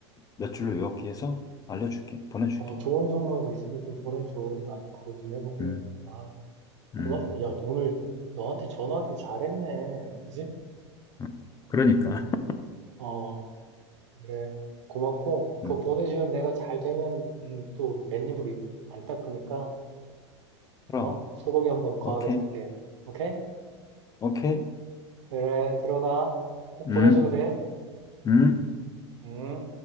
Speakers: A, on the left; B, on the right.
A: 몇 줄로 요약해서 알려줄게. 보내줄게.
B: 어, 좋은 종목 있으면 좀 보내줘. 나도 그거 좀 해보게.
A: 음,
B: 아, 고맙다.
A: 음.
B: 야, 오늘 너한테 전화하길 잘했네. 그지?
A: 음. 그러니까. <laughs>
B: 어, 그래. 고맙고, 그거
A: 음,
B: 보내주면 내가 잘 되면, 음, 또 맨입을 입- 안 닦으니까,
A: 그럼.
B: 어? 소고기 한번 거하게
A: 오케이,
B: 살게. 오케이?
A: 오케이.
B: 그래, 들어가. 꼭
A: 음,
B: 보내줘야 돼.
A: 음.
B: 응.